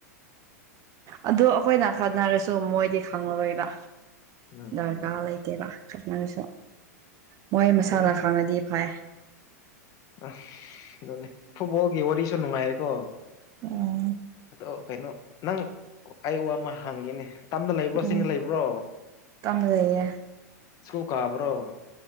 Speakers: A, on the right (about 35°); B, on the left (about 40°).
A: ꯑꯣ ꯑꯩꯈꯣꯏꯅ ꯈꯟꯅꯔꯁꯨ ꯃꯣꯏꯗꯤ ꯈꯪꯉꯔꯣꯏꯕ
B: ꯎꯝ
A: ꯗꯔꯀꯥꯔ ꯂꯩꯇ ꯇꯦꯕ ꯈꯞꯅꯔꯁꯨ ꯃꯣꯏ ꯃꯁꯥꯅ
B: ꯍꯣꯏꯗ
A: ꯈꯥꯡꯅꯗꯤ ꯐꯩ
B: ꯑꯝ ꯑꯗꯨꯅꯦ ꯐꯨꯕꯣꯜꯒꯤ ꯋꯥꯔꯤꯁꯨ ꯅꯨꯡꯉꯥꯏꯌꯦꯀꯣ
A: ꯎꯝ
B: ꯑ ꯀꯩꯅꯣ ꯅꯪ ꯑꯩ ꯋꯥ ꯑꯃ ꯍꯪꯒꯦꯅꯦ ꯇꯝꯗ ꯂꯩꯕ꯭ꯔꯣ
A: ꯎꯝ
B: ꯆꯤꯡꯗ ꯂꯩꯕ꯭ꯔꯣ
A: ꯇꯝ ꯂꯩꯌꯦ
B: ꯁ꯭ꯀꯨꯜ ꯀꯥꯕ꯭ꯔꯣ